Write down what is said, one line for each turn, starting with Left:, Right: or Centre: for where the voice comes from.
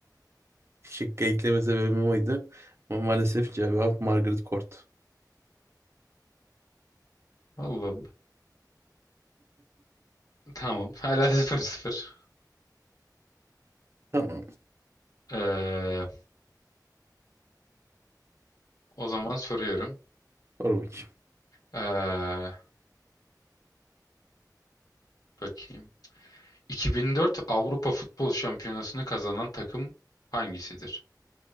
Right: Şıkkı ekleme sebebim oydu. Ama maalesef cevap Margaret Court.
Left: Allah Allah. Tamam. Hala 0-0.
Right: Tamam.
Left: Ee, o zaman soruyorum.
Right: Sor bakayım.
Left: Ee, bakayım. 2004 Avrupa Futbol Şampiyonası'nı kazanan takım hangisidir?